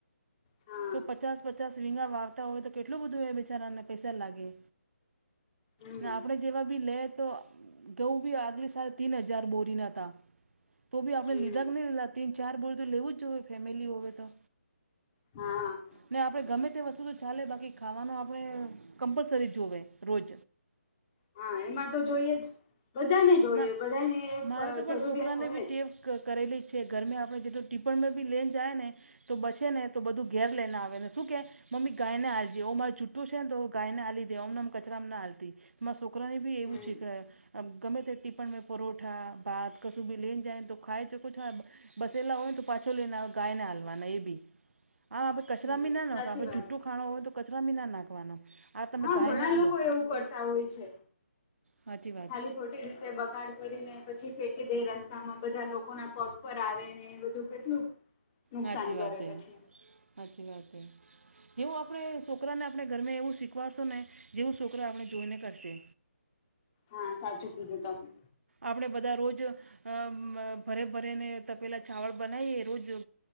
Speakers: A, on the left; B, on the right.
A: હા.
B: તો પચાસ પચાસ વીંગા વાવતા હોય તો કેટલું બધું બેચારાને પૈસા લાગે
A: હમ
B: ને આપણે જેવા બી લે તો કઉ બી આગલી સાલ તીન હજાર બોરી ના હતા તો બી આપણે
A: હમ
B: લીધા જ નહીં લીધા તીન ચાર બોરી તો લેવું જ જોઈએ ફેમિલી હોય તો
A: હા.
B: ને આપણે ગમે તે વસ્તુ તો ચાલે બાકી ખાવાનું આપણે કમ્પલસરી જોવેએ રોજ
A: હા એમાં તો જોઈએ જ બધાને જોઈએ
B: ના
A: બધાને
B: મારે તો પણ
A: જરૂરિયાત
B: છોકરાને
A: હોય
B: બી ટેવ
A: જ
B: કરેલી જ છે ઘરમે આપણે જેટલું ટીપ્પણમાં બી લઈને જાય ને તો બચે ને તો બધું ઘેર લઈને આવે ને શું કે મમ્મી ગાયને હાલજે હો મા જુઠું છે ને તો ગાય ને હા લીધે દે અમને એમ કચરામાં ના હાલતી. મા છોકરાને બી
A: હમ
B: એવું છે કે ગમે તે ટીપણમાં પરોઠા ભાત કશું બી લે જાયને તો ખાઈ ચુકો છો એમ. બસ એલા હોય તો પાછો લઈને ગાયને હાલવાના એ બી હા આપડે કચરામાની
A: હમ
B: ના નાખો
A: સાચી
B: આપડે
A: વાત
B: જૂઠું
A: છે
B: ખાણો હોય તો કચરામાંની ના નાખવાનો આ તમે
A: હા
B: ગાયને
A: ઘણા
B: હાલો
A: લોકો એવું કરતા હોય છે.
B: સાચી વાત.
A: ખાલી ખોટી રીતે બગાડ કરીને પછી ફેંકી દે રસ્તામાં બધા લોકો ના પગ પર આવે ને તો કેટલું નુકસાન
B: સાચી
A: કરે
B: વાત
A: પછી
B: એ સાચી વાત છે. જેવું આપણે છોકરાને આપણે ઘરમાં એવું શીખવાડશો ને જેવું છોકરા આપણે જોઈને કરશે.
A: હા સાચું કીધું તમે
B: આપણે બધા રોજ અ મ ભરે ભરેને તપેલા ચાવળ બનાવીએ રોજ ને